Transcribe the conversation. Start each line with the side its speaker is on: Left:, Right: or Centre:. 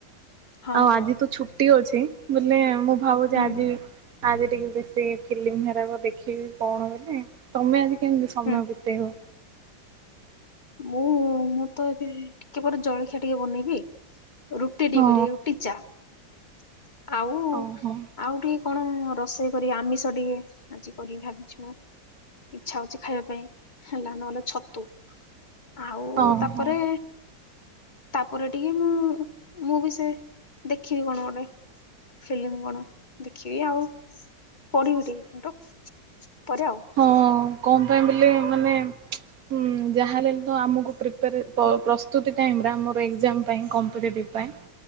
Left: ହଁ
Right: ଆଉ ଆଜି
Left: ହଁ
Right: ତ ଛୁଟି ଅଛି ବୋଲେ ମୁଁ ଭାବୁଚି
Left: ହୁଁ
Right: ଆଜି ଆଜି ଟିକେ ବେଶୀ ଫିଲ୍ମ ହେରାକ ଦେଖିକି କଣ ବୋଲେ ତମେ ଆଜି କେମତି ସମୟ
Left: ହୁଁ
Right: ବିତେଇବ?
Left: ମୁଁ ମୁଁ ତ ଏବେ ଟିକେ ପରେ ଜଳଖିଆ ଟିକେ ବନେଇବି। ରୁଟି ଟିକେ
Right: ହଁ
Left: କରି ରୁଟି, ଚାଆ ଆଉ
Right: ଓହୋ
Left: ଆଉ ଟିକେ କଣ ରୋଷେଇ କରି ଆମିଷ ଟିକେ ଆଜି କରିିବି ଭାବିଛି ମୁଁ। ଇଚ୍ଛା ଅଛି ଖାଇବା ପାଇଁ ହେଲା ନହେଲେ ଛ ତୋ ଆଉ
Right: ଓହୋ।
Left: ତାପରେ ତାପରେ ଟିକେ ମୁଁ ମୁଁ ବି ସେ ଦେଖିବି କଣ ଗୋଟେ। ଫିଲିମ କଣ ଦେଖିବି ଆଉ ପଢିବି ଟିକେ କିନ୍ତୁ। ପରେ ଆଉ।
Right: ହଁ କଣ ପାଇଁ ବୋଇଲେ ମାନେ ହୁଁ ଯାହାହେଲେଲ ତ ଆମକୁ ପ୍ରିପାରେ ପ୍ର ପ୍ରସ୍ତୁତି ଟାଇମରେ ଆମର ଏଗଜାମ ପାଇଁ କମ୍ପିଟେଟିଭ ପାଇଁ